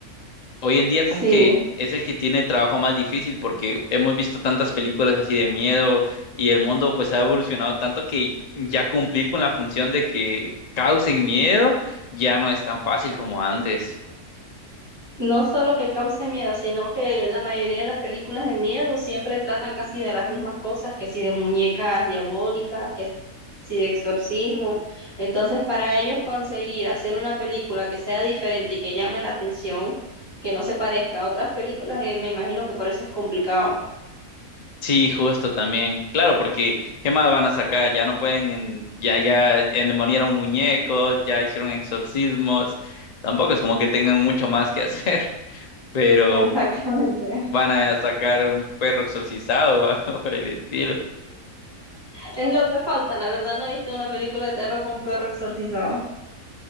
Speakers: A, on the left (about 35°); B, on the right (about 15°).
A: Hoy en día como
B: Sí,
A: que es el que tiene trabajo más difícil porque hemos visto tantas películas así de miedo y el mundo pues ha evolucionado tanto que ya cumplir con la función de que causen miedo ya no es tan fácil como antes.
B: no solo que cause miedo, sino que la mayoría de las películas de miedo siempre tratan casi de las mismas cosas, que si de muñecas diabólicas, que y de exorcismo. Entonces, para ellos conseguir hacer una película que sea diferente y que llame la atención, que no se parezca a otras películas, eh, me imagino que por eso es complicado.
A: Sí, justo también. Claro, porque ¿qué más van a sacar? Ya no pueden, en- ya ya endemoniaron muñecos, ya hicieron exorcismos. Tampoco es como que tengan mucho más que hacer, <laughs> pero
B: Exactamente.
A: van
B: <laughs>
A: a sacar un perro exorcizado <laughs> o algo por el estilo.
B: Es lo que falta. La verdad no he visto una película de terror con perro exorcizado.